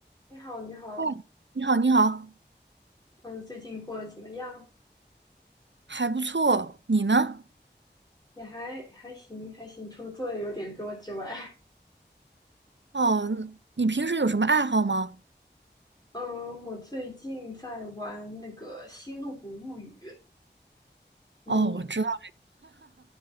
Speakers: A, on the left; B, on the right.
A: 你好，你好，
B: 嗨，你好，你好，
A: 嗯，最近过得怎么样？
B: 还不错。你呢？
A: 也还还行，还行，除了作业有点多之外，
B: 哦，你平时有什么爱好吗？
A: <laughs> 嗯，我最近在玩那个《星露谷物语》，你有，
B: 哦，我知道